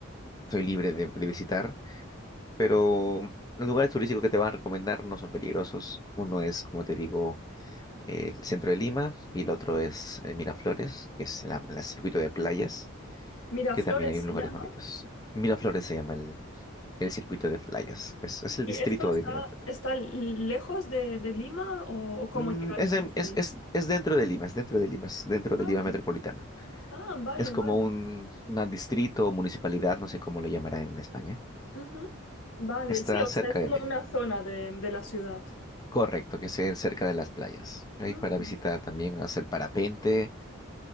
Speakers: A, on the left; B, on the left.
A: soy libre de de visitar. pero los lugares turísticos que te van a recomendar no son peligrosos. Uno es, como te digo, el centro de Lima y el otro es eh, Miraflores, que es la, la circuito de playas,
B: Miraflores
A: que también hay lugares
B: se llama.
A: bonitos. Miraflores se llama el, el circuito de playas, que es, es el
B: ¿Y
A: distrito
B: esto está,
A: de Miraflores.
B: está lejos de, de Lima o, o cómo
A: Mm,
B: llegaríamos
A: es, en- es,
B: ahí?
A: es, es dentro de Lima, es dentro de Lima, es dentro de
B: Ah,
A: Lima metropolitana.
B: ah, vale,
A: Es como
B: vale.
A: un una distrito o municipalidad, no sé cómo lo llamarán en España.
B: Ujú. Vale,
A: Está
B: sí, o
A: cerca
B: sea, es como
A: de Lima.
B: una zona de, de la ciudad.
A: Correcto, que sea cerca de las playas. Ahí
B: Mm.
A: para visitar también, hacer parapente,